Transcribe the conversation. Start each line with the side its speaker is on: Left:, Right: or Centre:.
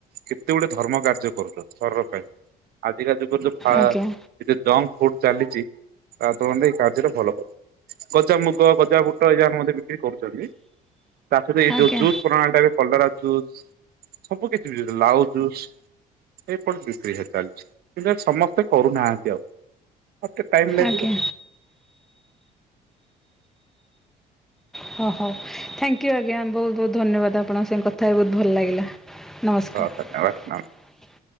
Right: କେତେ ଗୋଟେ ଧର୍ମ କାର୍ଯ୍ୟ କରୁଛ ଶରୀର ପାଇଁ ଆଜିକା ଯୁଗ <unintelligible>
Centre: ଆଜ୍ଞା
Right: ଜଙ୍କଫୁଡ ଚାଲିଛି ତା ତୁଳନାରେ ଏଇ କାର୍ଯ୍ୟଟି ଭଲ କରୁଛ ଗଜା ମୁଗ ଗଜାବୁଟ ଏଇଜାକରେ ମଧ୍ୟ କିଏ କରୁଛନ୍ତି? ତା ସହିତ ଏ
Centre: ଆଜ୍ଞା
Right: ଯଉ ଜୁସ୍ ପ୍ରଣାଳୀ ଟାରେ କଲରା ଜୁସ୍ ସବୁ କିଛି ବି ଲାଉ ଜୁସ୍ ଏଇପଟ ବିକ୍ରି ହେଇ ଚାଲିଛି। କିନ୍ତୁ ଏ ସମସ୍ତେ କରୁନାହାନ୍ତି ଆଉ। ମୋତେ ଟାଇମ୍ ଲାଗିବ।
Centre: ଆଜ୍ଞା ହୋ ହଉ ଥ୍ୟାଙ୍କ ୟୁ ଆଜ୍ଞା। ବହୁତ ବହୁତ ଧନ୍ୟବାଦ ଆପଣଙ୍କ ସାଙ୍ଗେ କଥା ହେଇକି ବହୁତ ଭଲ ଲାଗିଲା। ନମସ୍କାର।
Right: ହଁ ଧନ୍ୟବାଦ